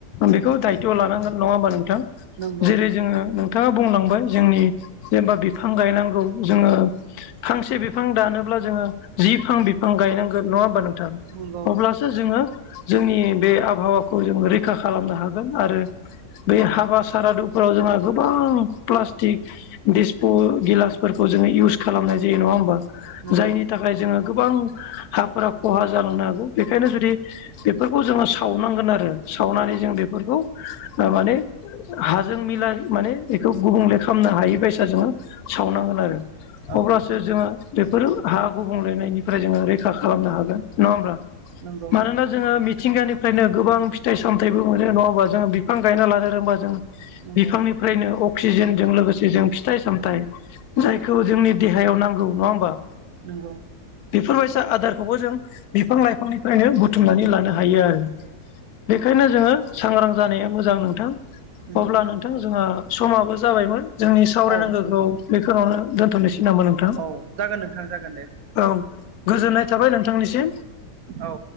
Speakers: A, on the left (about 75°); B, on the right (about 65°).
A: बेखौ दायथ' लानांगोन नङा होमबा नोंथां।
B: नंगौ
A: जेरै जोङो नोंथाङा बुंलांबाय जोंनि जेनेबा बिफां गायनांगौ जोङो फांसे बिफां दानोब्ला जोङो जि फां बिफां गायनांगोन नङा होमबा नोंथां।
B: नंगौ
A: अब्लासो जोङो जोंनि बे आबहावाखौ जोंङो रैखा खालामनो हागोन आरो। बे हाबा सारादुफोराव जोंहा गोबां प्लास्टिक दिसप' गिलासफोर खौ जोङो इउस खालामनाय जायो नङा होमबा
B: नंगौ
A: जायनि थाखाय जोङो। गोबां हाफोरा खहा जालांनो हागौ बेखायनो जुदि बेफोरखौ जोङो सावनांगोन आरो सावनानै जों बेफोरखौ माने हाजों मिलाय माने बेखौ गुबुंले खालामनो हायि बायसा जोङो सावनांगोन आरो।
B: औ
A: अब्लासो जोङो बेफोर हा गुबुंलेनायनिफ्राय जोङो रैखा खालामनो हागोन नङा होमब्ला
B: नंगौ
A: मानोना ओ मिथिंगानिफ्रायनो गोबां फिथाइ सामथाइबो मोनो नङा होनबा जों बिफां गायना लानो रोंबा जों
B: नंगौ
A: बिफांनिफ्रायनो अक्सिजेनजों लोगोसे जों फिथाइ सामथाइ जायखौ जोंनि देहायाव नांगौ नङा होमबा।
B: नंगौ।
A: बेफोरबायसा आदारखौबो जों बिफां लाइफांनिफ्रायनो बुथुमनानै लानो हायो आरो। बेखायनो जोङो सांग्रां जानाया मोजां नोंथां।
B: नंगौ
A: अब्ला नोंथां जोंहा समाबो जाबायमोन जोंनि सावरायनांगौखौ
B: औ नोंथां
A: बेखिनियावनो दोनथ'नोसै नामा नों
B: औ जागोन नोंथां जागोन दे।
A: औ गोजोननाय थाबाय नोंथांनिसिम।
B: औ।